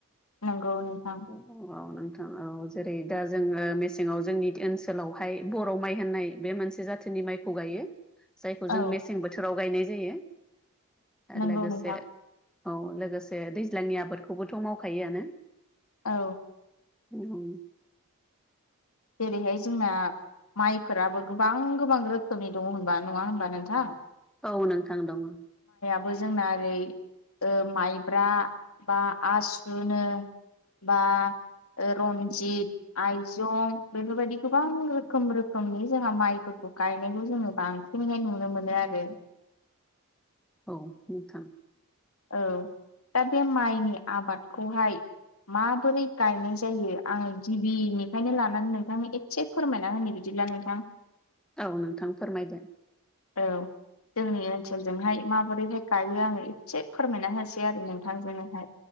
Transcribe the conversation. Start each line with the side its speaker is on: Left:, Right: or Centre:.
Left: नंगौ नोंथां
Centre: <unintelligible> औ जेरै दा जोङो मेसेङाव जोंनि ओनसोलावहाय बर' माइ होननाय बे मोनसे जाथिनि माइखौ गायो जायखौ
Left: औ
Centre: जों मेसें बोथोराव गायनाय जायो आरो
Left: नंगौ
Centre: लोगोसे
Left: नोंथां
Centre: औ लोगोसे दैज्लांनि आबादखौबोथ' मावखायोआनो
Left: औ।
Centre: उम।
Left: जेरैहाय जोंना माइफोराबो गोबां गोबां रोखोमनि दङ होनबा नङा होनबा नोंथां
Centre: औ नोंथां दङ।
Left: बो जोंना ओरै ओ माइब्रा बा आसुनो बा रन्जित आइजं बेफोरबायदि गोबां रोखोम रोखोमनि जोंहा माइफोरखौ गायनायखौ जोङो बांसिनैहाय नुनो मोनो आरो <unintelligible>
Centre: औ नोंथां।
Left: औ दा बे माइनि आबादखौहाय माबोरै गायनाय जायो आङो गिबिनिफ्रायनो लानानै नोंथांनो एसे फोरमायना होनो बिदि बिला नोंथां
Centre: औ नोंथां फोरमायदो
Left: औ जोंनि ओनसोलजोंहाय माबोरैहाय गायो आङो एसे फोरमायना होस बै आरो नोंथांजोनोहाय